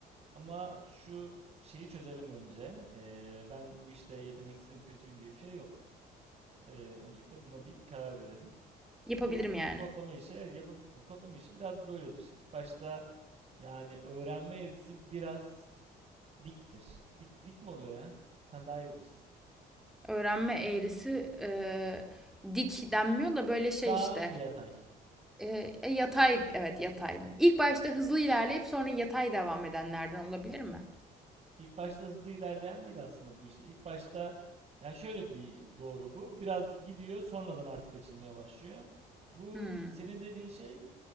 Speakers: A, on the right; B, in the centre.
A: Ama şu şeyi çözelim önce. Ee, ben bu işte yeteneksizim, kötüyüm diye bir şey yok. Ee, öncelikle buna bir karar verelim.
B: Yapabilirim
A: Bu ko-
B: yani.
A: kodlama işi evet yapabilirsin. Kodlama işi biraz böyledir. İlk başta yani öğrenme eğrisi biraz diktir. Dik, dik mi oluyor ya? Sen daha iyi bilirsin.
B: Öğrenme eğrisi eee, dik denmiyor da böyle şey
A: Daha
B: işte.
A: mı yatay?
B: Eee, e, yatay evet yatay. İlk başta hızlı ilerleyip sonra yatay devam edenlerden olabilir mi?
A: İlk başta hızlı ilerleyen değil aslında bu işte. İlk başta yani şöyle bir doğru bu. Biraz gidiyor sonradan artık açılmaya başlıyor. Bu
B: Hmm,
A: senin dediğin şey